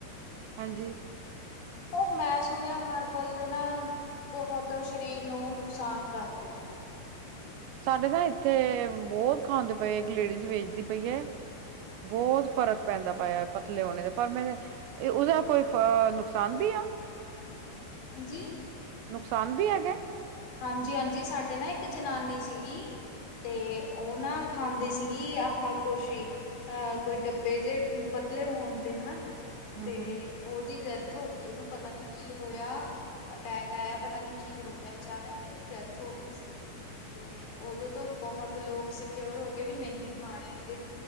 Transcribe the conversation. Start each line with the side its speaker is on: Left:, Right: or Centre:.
Right: ਹਾਂਜੀ।
Left: ਉਹ ਮੈਂ ਸੁਣਿਆ ਹਰਬਲ ਦੇ ਨਾਲ ਬਹੁਤ ਸਰੀਰ ਨੂੰ ਨੁਕਸਾਨ ਕਰਦੇ ਆ।
Right: ਸਾਡੇ ਤਾਂ ਇੱਥੇ ਬਹੁਤ ਖਾਂਦੇ ਪਏ ਹੈ, ਇੱਕ ਲੇਡੀਜ਼ ਵੇਚਦੀ ਪਈ ਹੈ। ਬਹੁਤ ਫ਼ਰਕ ਪੈਂਦਾ ਪਾਇਆ ਪਤਲੇ ਹੋਣੇ ਦਾ ਪਰ ਮੈਂ ਉਹਦਾ ਕੋਈ ਅ ਨੁਕਸਾਨ ਵੀ ਆ।
Left: ਹਾਂਜੀ।
Right: ਨੁਕਸਾਨ ਵੀ ਹੈਗਾ ਹੈ।
Left: ਹਾਂਜੀ ਹਾਂਜੀ ਸਾਡੇ ਨਾ ਇੱਕ ਜਨਾਨੀ ਸੀਗੀ। ਤੇ ਉਹ ਨਾ ਖਾਂਦੀ ਸੀਗੀ ਆਹ ਕੁਛ ਹੀ। ਹਾ ਕੋਈ ਡੱਬੇ ਜਿਹੇ ਪਤਲੇ ਹੋਣ ਦੇ ਹਨਾ
Right: ਹੂੰ
Left: ਤੇ
Right: ਹੂੰ
Left: ਉਹਦੀ ਡੈਥ ਹੋ ਗਈ। ਵੀ ਉਹਨੂੰ ਪਤਾ ਨੀ ਕੀ ਹੋਇਆ। ਅਟੈਕ ਆਇਆ, ਪਤਾ ਨੀ ਕੀ ਹੋ ਗਿਆ। ਅਚਾਨਕ ਹੀ ਉਹਦੀ ਡੈਥ ਹੋ ਗਈ ਸੀਗੀ। ਤੇ ਉਦੋਂ ਤੋਂ ਬਹੁਤ ਲੋਕ ਸਕਿਓਰ ਹੋ ਗਏ ਵੀ ਨਹੀਂ ਖਾਣੇ ਇਹ ਜੇ